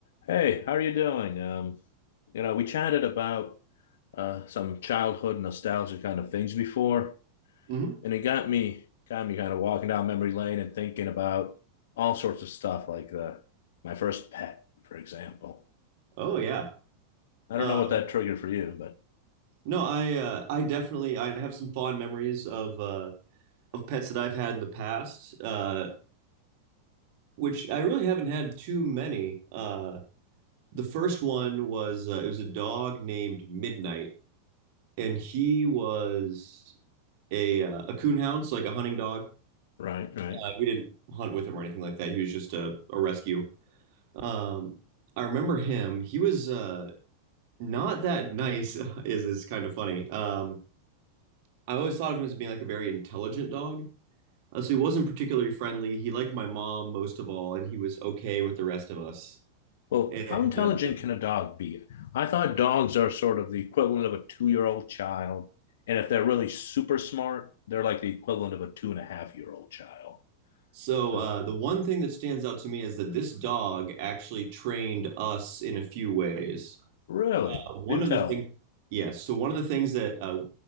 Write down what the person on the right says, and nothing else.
hmm
Oh yeah.
Uh,
no, I uh, I definitely I have some fond memories of uh, of pets that I've had in the past, uh, which I really haven't had too many. Uh, the first one was uh, it was a dog named Midnight, and he was a uh, a coonhound, so like a hunting dog.
Uh, we didn't hunt with him or anything like that. He was just a, a rescue. Um, I remember him. He was uh, not that nice. <laughs> Is is kind of funny. Um, I always thought of him as being like a very intelligent dog. Uh, so he wasn't particularly friendly. He liked my mom most of all, and he was okay with the rest of us.
And
uh,
so
uh, the one thing that stands out to me is that this dog actually trained us in a few ways.
Uh, one
of
the things, yes. yeah, so one of the things that uh,